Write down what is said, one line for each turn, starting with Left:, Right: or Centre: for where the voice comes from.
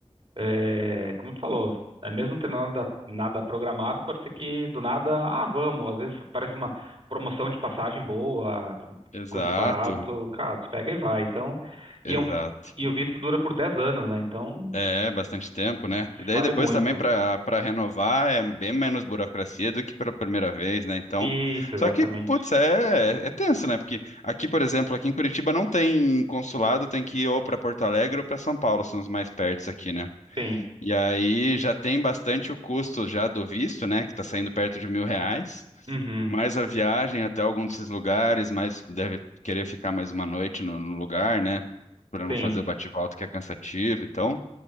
Right: É, como tu falou, é mesmo tendo nada, nada programado, pode ser que do nada, ah, vamos. Às vezes parece uma promoção de passagem boa,
Left: Exato,
Right: custo barato, cara, tu pega e vai. Então, e,
Left: exato.
Right: é um- e o visto dura por 10 anos, né? Então,
Left: É, bastante tempo, né? E daí
Right: vale
Left: depois
Right: muito.
Left: também para para renovar é bem menos burocracia do que pela primeira vez, né? Então,
Right: Isso, exatamente.
Left: só que, putz, é, é tenso, né? Porque aqui, por exemplo, aqui em Curitiba não tem consulado, tem que ir ou para Porto Alegre ou para São Paulo, são os mais pertos aqui, né?
Right: Sim.
Left: E aí já tem bastante o custo já do visto, né? Que tá saindo perto de mil reais,
Right: Uhum.
Left: mais a viagem até algum desses lugares, mais deve querer ficar mais uma noite no, no lugar, né? Para não
Right: Sim.
Left: fazer o bate-volta que é cansativo, então.